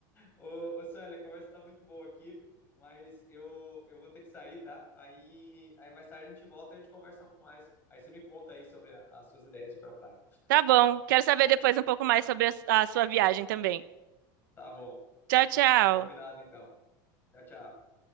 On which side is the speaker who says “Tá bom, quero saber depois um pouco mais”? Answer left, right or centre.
Right